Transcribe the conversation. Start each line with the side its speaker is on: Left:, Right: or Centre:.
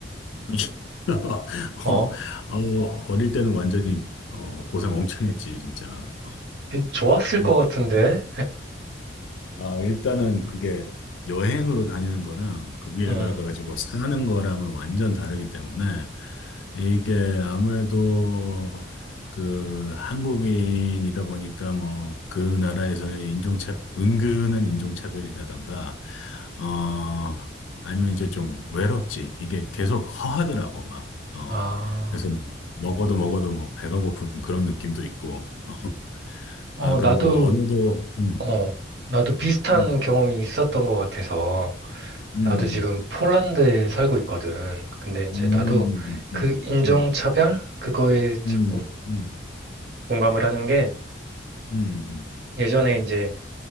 Left: <laughs>
Right: 어?
Left: 어, 어, 어릴 때는 완전히, 어, 고생 엄청 했지, 진짜.
Right: 그- 좋았을
Left: 어.
Right: 것 같은데?
Left: 아, 일단은 그게 여행으로 다니는 거랑 그 위에
Right: 음.
Left: 가가지고 사는 거랑은 완전 다르기 때문에 이게 아무래도 그 한국인이다 보니까 뭐 그 나라에서의 인종차, 은근한 인종차별이라던가, 어, 아니면 이제 좀 외롭지. 이게 계속 허하더라고, 막. 어,
Right: 아,
Left: 그래서 먹어도 먹어도 뭐 배가 고픈 그런 느낌도 있고. <laughs>
Right: 어,
Left: 아, 그리고
Right: 나도,
Left: 언어도, 음,
Right: 어, 나도 비슷한
Left: 음,
Right: 경험이 있었던 것 같아서.
Left: 음.
Right: 나도 지금 폴란드에 살고 있거든. 근데 이제
Left: 음,
Right: 나도 그
Left: 음,
Right: 인종차별?
Left: 음,
Right: 그거에 자꾸
Left: 음, 음,
Right: 공감을 하는 게
Left: 음, 음,
Right: 예전에 이제